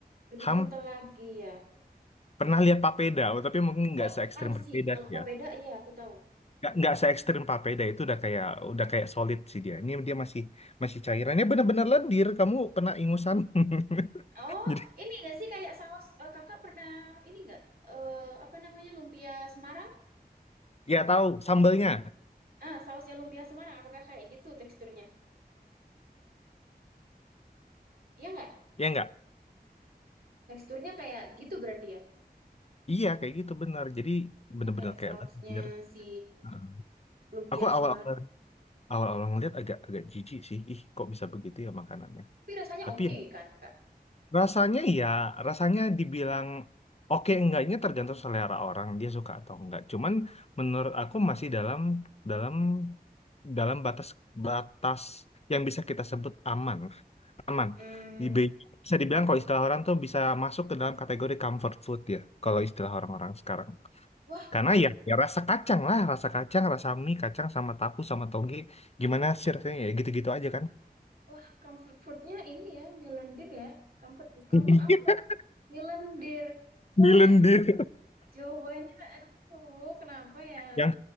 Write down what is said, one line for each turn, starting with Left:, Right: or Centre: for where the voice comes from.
Right: Lebih
Left: Ham
Right: kental lagi ya.
Left: pernah lihat papeda, oh, tapi mungkin nggak
Right: Oh,
Left: se ekstrim
Right: I
Left: papeda
Right: see. Kalau
Left: sih
Right: papeda,
Left: ya.
Right: iya aku tahu.
Left: nggak nggak se ekstrim Papeda itu udah kayak udah kayak solid sih dia ini dia masih masih cairannya bener-bener lendir kamu pernah ingusan <laughs>
Right: Oh,
Left: jadi
Right: ini nggak sih kayak saus eh, kakak pernah ini nggak? eh apa namanya lumpia Semarang?
Left: ya tahu sambelnya
Right: Ah, sausnya lumpia Semarang. Apakah kayak gitu teksturnya? Iya nggak?
Left: ya nggak
Right: Teksturnya kayak gitu berarti ya.
Left: iya kayak gitu bener jadi
Right: Teksturnya
Left: bener-bener
Right: kayak
Left: kayak
Right: sausnya
Left: lendir
Right: si
Left: Nah,
Right: lumpia
Left: aku
Right: Semarang.
Left: awal awal awal awal ngeliat agak agak jijik sih ih kok bisa begitu ya makanannya
Right: Tapi rasanya
Left: tapi
Right: oke
Left: ya
Right: kan, Kak?
Left: Rasanya ya, rasanya dibilang oke enggaknya tergantung selera orang, dia suka atau enggak. Cuman menurut aku masih dalam dalam dalam batas batas yang bisa kita sebut aman. Aman.
Right: Hmm,
Left: Dibe- Bisa dibilang kalau istilah orang tuh bisa masuk ke dalam kategori comfort food ya, kalau istilah orang-orang sekarang.
Right: wah,
Left: Karena ya, ya rasa kacang lah, rasa kacang, rasa mie, kacang sama tahu sama toge, gimana sih rasanya ya gitu-gitu aja kan.
Right: wah, comfort foodnya ini ya, milendir ya. Comfort food
Left: <laughs>
Right: kamu apa? Milendir. Wah,
Left: Milendir.
Right: jawabannya, aduh, kenapa ya?
Left: yang